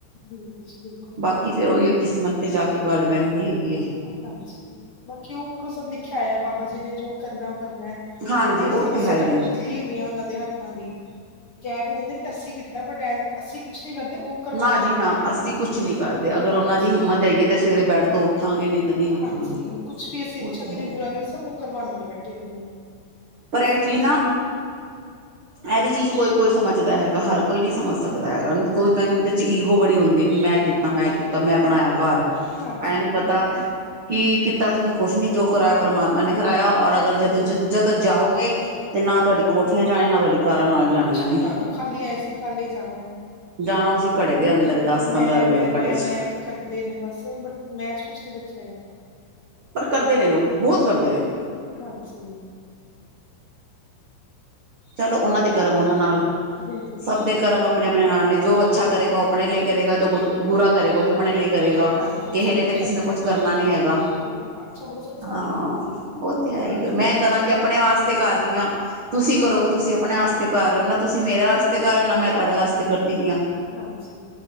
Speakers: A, on the left; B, on the right.
A: ਬਿਲਕੁਲ ਜੀ ਬਿਲਕੁਲ
B: ਬਾਕੀ ਫੇਰ ਉਹੀ ਕਿਸਮਤ ਤੇ ਜਾ ਕੇ ਗੱਲ ਬਹਿੰਦੀ ਹੈਗੀ। ਹੈ
A: ਹਾਂਜੀ, ਬਾਕੀ ਉਹ ਉਪਰੋਂ ਸਭ ਲਿਖਿਆ ਆਇਆ ਬਾਬਾ ਜੀ ਨੇ ਜੋ ਕਰਨਾ। ਕਰਨਾ,
B: ਹਾਂਜੀ
A: ਇਥੇ
B: ਉਹ
A: ਅਸੀਂ ਬਸ
B: ਤੇ ਹੈ ਹੀ
A: ਕਠਪੁਤਲੀ
B: ਆ
A: ਹੈਗੇ ਆ, ਉਹਨਾਂ ਦੇ ਹੱਥਾਂ ਦੀ। ਕਹਿ ਤੇ ਦਿੰਦੇ ਕਿ ਅੱਸੀ ਕੀਤਾ ਬਟ, ਅਸੀ ਕੁਛ ਨੀ ਕਰਦੇ ਉਹ ਕਰਵਾਣ
B: ਨਾ
A: ਵਾਲੇ
B: ਜੀ ਨਾ
A: ਬੈਠੇ ਨੇ,
B: ਅਸੀਂ ਕੁਛ ਨੀ ਕਰਦੇ ਅਗਰ
A: ਹਾਂਜੀ।
B: ਉਹਨਾਂ ਦੀ ਹਿੰਮਤ ਹੈਗੀ ਤੇ ਸਵੇਰੇ ਬੈਡ ਤੋਂ ਉੱਠਾਂਗੇ ਨਹੀਂ ਤਾਂ ਨਹੀਂ ਉੱਠਾਂਗੇ
A: ਹਾਂਜੀ, ਕੁਛ ਵੀ ਅਸੀਂ ਅੱਛਾ
B: ਉਹ ਤੇ
A: ਕਰੀਏ,
B: ਹੈ
A: ਬੁਰਾ
B: ਹੀ ਆ
A: ਕਰੀਏ, ਸਭ ਉਹ ਕਰਵਾਣ ਵਾਲੇ ਬੈਠੇ ਦੇ ਨੇ।
B: ਪਰ
A: ਅਸੀਂ
B: ਇਹ ਵੀ
A: ਤੇ
B: ਚੀਜ਼
A: ਬਸ
B: ਨਾ,
A: ਉਹਨਾਂ
B: ਇਹ ਵੀ ਚੀਜ਼, ਕੋਈ-ਕੋਈ ਸਮਝਦਾ ਹੈਗਾ। ਹਰ ਕੋਈ ਨੀ ਸਮਝ ਸਕਦਾ ਹੈਗਾ, ਕੋਈ ਟਾਈਮ ਵਿੱਚ ਈਗੋ ਬੜੀ ਹੁੰਦੀ ਕਿ ਮੈਂ ਕੀਤਾ, ਮੈਂ ਕੀਤਾ, ਮੈਂ ਬਣਾਇਆ ਘਾਰ।
A: ਹਾਂਜੀ
B: ਐ ਨੀ ਪਤਾ ਕਿ ਕੀਤਾ ਤੁਸੀਂ ਕੁਛ ਨੀ ਜੋ ਕਰਾਇਆ, ਪ੍ਰਮਾਤਮਾ ਨੇ ਕਰਾਇਆ, ਔਰ
A: ਉਹ
B: ਅਗਰ
A: ਤੇ
B: ਜਦ-ਜਦ
A: ਹੈ ਹੀ ਹੈ
B: ਜਾਓਗੇ ਤੇ ਨਾ ਤੁਹਾਡੀ ਕੋਠੀਆਂ ਜਾਏ, ਨਾ ਤੁਹਾਡੀ ਕਾਰਾਂ ਨਾਲ ਜਾਣੀਆਂ
A: ਕੁਛ ਨਹੀਂ
B: ਨੇ
A: ਜਾਣਾ, ਖਾਲੀ ਆਏ ਸੀ, ਖਾਲੀ ਜਾਣਾ ਐ।
B: ਜਾਣਾ ਅਸੀਂ ਘੜੇ ਦੇ
A: ਲੋਕੀ
B: ਅੰਦਰ ਦਸ
A: ਮੈਂ-ਮੈਂ-ਮੈਂ-ਮੈਂ
B: ਪੰਦਰਾਂ ਰੁਪਏ ਦੇ ਘੜੇ ਚ
A: ਕਰਦੇ ਨੇ ਬਸ, ਬਟ ਮੈਂ ਚ ਕੁਛ ਨੀ ਰੱਖਿਆ। <unintelligible>
B: ਪਰ ਕਰਦੇ ਨੇ ਲੋਕ, ਬਹੁਤ ਕਰਦੇ ਨੇ।
A: ਹਾਂਜੀ।
B: ਚਲੋ ਉਹਨਾਂ ਦੇ ਕਰਮ ਉਹਨਾਂ ਨਾਲ,
A: ਬਿਲਕੁਲ ਜੀ
B: ਸਭ
A: ਬਿਲਕੁਲ
B: ਦੇ ਕਰਮ ਆਪਣੇ-ਆਪਣੇ ਨਾਲ ਨੇ। ਜੋ ਅੱਛਾ ਕਰੇਗਾ ਓ ਆਪਣੇ ਲਈ ਕਰੇਗਾ, ਜੋ ਬ-ਬੁਰਾ ਕਰੇਗਾ, ਉਹ ਵੀ ਆਪਣੇ ਲਈ ਕਰੇਗਾ।
A: ਹਾਂਜੀ
B: ਕਿਸੇ
A: ਸਭ
B: ਲਈ ਤਾਂ ਕਿਸੇ
A: ਸਾਡੇ
B: ਨੇ ਕੁਛ
A: ਕਰਮਾਂ
B: ਕਰਨਾ
A: ਤੇ ਆਉਂਦਾ
B: ਨੀ ਹੈਗਾ।
A: ਹੈ ਬਿਲਕੁਲ ਅੱਛਾ ਬੜਾ ਸ ਸਾਡੇ
B: ਹਾਂ
A: ਕਰਮ ਹੀ ਹੈ
B: ਉਹ ਤੇ
A: ਅਸੀਂ
B: ਹੈ ਈ
A: ਆਪਣੇ
B: ਐ। ਮੈਂ
A: ਕਰਮ
B: ਕਰਾਂਗੀ
A: ਅੱਛੇ ਕਰਾਂਗੇ
B: ਆਪਣੇ ਵਾਸਤੇ ਕਰ ਰਹੀ ਆ, ਤੁਸੀਂ ਕਰੋਗੇ
A: ਹਾਂਜੀ
B: ਤਾਂ ਤੁਸੀਂ ਆਪਣੇ ਵਾਸਤੇ ਕਰ ਰਹੇ ਓ, ਨਾ
A: ਬਿਲਕੁਲ
B: ਤੁਸੀਂ ਮੇਰੇ ਵਾਸਤੇ ਕਰ ਰੇ, ਨਾ ਮੈਂ ਤੁਹਾਡੇ ਵਾਸਤੇ ਕਰ ਦੀਆ,
A: ਹਾਂਜੀ